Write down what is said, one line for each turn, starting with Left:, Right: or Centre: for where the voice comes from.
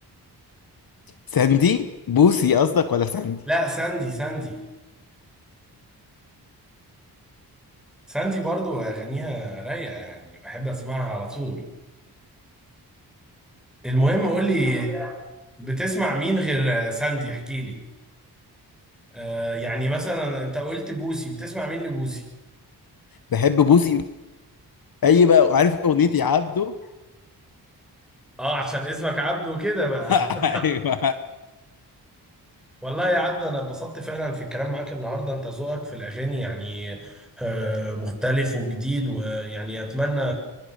Left: ساندي بوسي قصدك ولا ساندي
Centre: لا ساندي ساندي ساندي برضو أغانيها رايقة يعني بحب أسمعها على طول المهم قول لي بتسمع مين غير آه، ساندي احكي لي آه يعني مثلا انت قلت بوسي بتسمع مين لبوسي
Left: بحب بوسي اي بقى عارف اغنيتي عبده
Centre: اه عشان اسمك عبده كده بقى
Left: <laughs>
Centre: <laughs>
Left: ايوه
Centre: والله يا عبد انا اتبسطت فعلا في الكلام معاك النهارده انت ذوقك في الاغاني يعني آه، مختلف وجديد ويعني اتمنى